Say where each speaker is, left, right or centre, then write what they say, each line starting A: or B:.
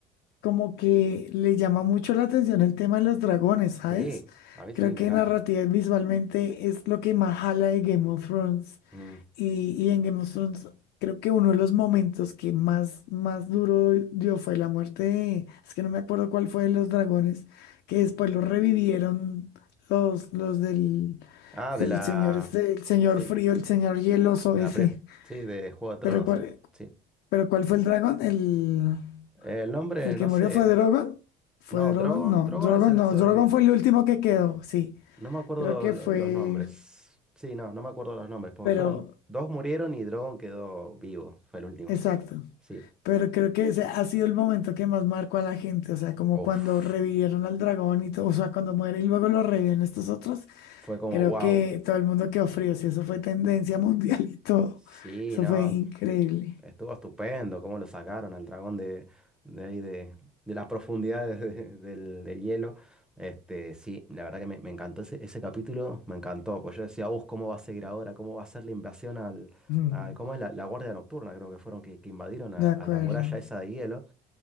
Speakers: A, on the left; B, in the centre.
A: como que le llama mucho la atención el tema de los dragones, ¿sabes?
B: Sí, a mí
A: Creo
B: sí, me
A: que
B: encanta.
A: narrativa y visualmente es lo que más jala de Game of Thrones.
B: Mm.
A: Y, y en Game of Thrones, creo que uno de los momentos que más, más duro dio fue la muerte de, es que no me acuerdo cuál fue de los dragones, que después los revivieron los, los del
B: Ah, de
A: el
B: la...
A: señor este, el señor
B: Sí,
A: frío, el señor hieloso
B: de
A: ese.
B: la pre... Sí, de Juego de Tronos,
A: Pero cuál,
B: eh, sí.
A: pero cuál fue el dragón? El,
B: El nombre,
A: el que
B: no
A: murió
B: sé.
A: fue Drogon. ¿Fue
B: No,
A: Drogon?
B: Drogon,
A: No,
B: Drogon
A: Drogon
B: es el
A: no,
B: sobreviviente.
A: Drogon fue el último que quedó, sí.
B: No me acuerdo
A: Creo que
B: lo-
A: fue,
B: los nombres. Sí, no, no me acuerdo los nombres, porque
A: pero
B: fueron... Dos murieron y Drogon quedó vivo, fue el último.
A: exacto.
B: Sí.
A: Pero creo que ese ha sido el momento que más marcó a la gente, o sea, como
B: Uf,
A: cuando revivieron al dragón y todo, o sea, cuando muere y luego lo reviven estos otros,
B: fue como
A: creo
B: wow.
A: que todo el mundo quedó frío, si eso fue tendencia <laughs> mundial y todo,
B: Sí,
A: eso
B: no,
A: fue increíble.
B: Estuvo estupendo cómo lo sacaron al dragón de, de ahí de, de las profundidades de- del, del hielo. Este, sí, la verdad que me, me encantó ese, ese capítulo, me encantó. Pues yo decía, uff, ¿cómo va a seguir ahora? ¿Cómo va a ser la invasión al,
A: Mm,
B: al- ¿cómo es la, la Guardia Nocturna? Creo que fueron que, que invadieron a,
A: de acuerdo,
B: a la muralla esa de hielo.